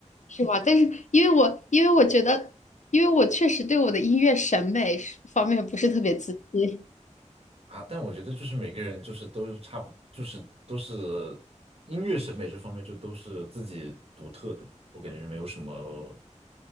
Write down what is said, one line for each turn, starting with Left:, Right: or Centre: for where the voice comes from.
Left: 是吧？但是因为我因为我觉得，因为我确实对我的音乐审美是方面不是特别自信，
Right: <laughs> 啊，但我觉得就是每个人就是都差不，就是都是音乐审美这方面就都是自己独特的，我感觉没有什么